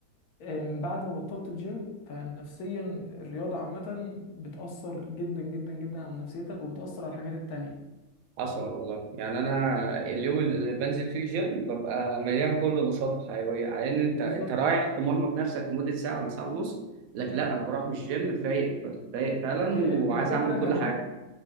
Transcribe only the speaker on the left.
أم، بعد ما بطلت الجيم فنفسيا الرياضة عامة بتأثر جدا جدا جدا على نفسيتك وبتأثر على الحاجات التانية
بالظبط
هي
ال- الفكرة
كمان